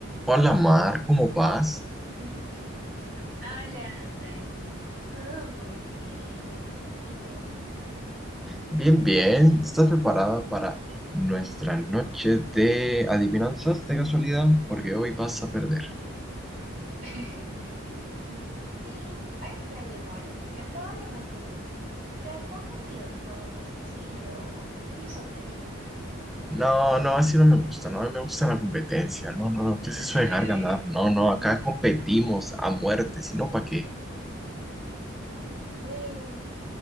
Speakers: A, in the centre; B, on the right (about 45°).
A: Hola Mar, ¿cómo vas?
B: <laughs> Hola, Dani. Todo muy bien aquí, ¿y tú?
A: Bien, bien. ¿Estás preparada para nuestra noche de adivinanzas de casualidad? Porque hoy vas a perder.
B: <laughs> Mm, sí, ahí estoy de humor, así que probablemente te ponga el, el juego muy sencillo o hasta incluso te deje ganar, la verdad.
A: No, no, así no me gusta. No, a mí me gusta la competencia. No, no, no. ¿Qué es
B: <laughs>
A: eso de dejar ganar? No, no. Acá competimos a muerte. Si no, ¿para qué?
B: Bueno,